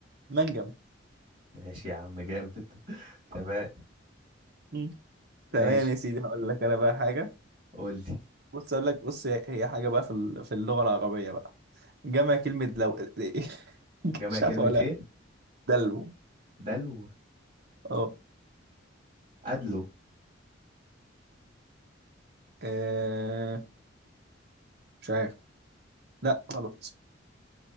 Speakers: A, on the right; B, on the right.
A: منجم
B: ماشي يا عم جامد <laughs> تمام
A: مم. تمام
B: ماشي
A: يا سيدي هقول لك انا بقى حاجه
B: قول لي
A: بص اقول لك بص هي هي حاجه بقى في ال- في اللغه العربيه بقى جمع كلمه لو <laughs>
B: جمع
A: مش
B: كلمه
A: عارف ولا
B: ايه
A: دلو
B: دلو
A: اه
B: ادلو
A: آه، مش عارف لا غلط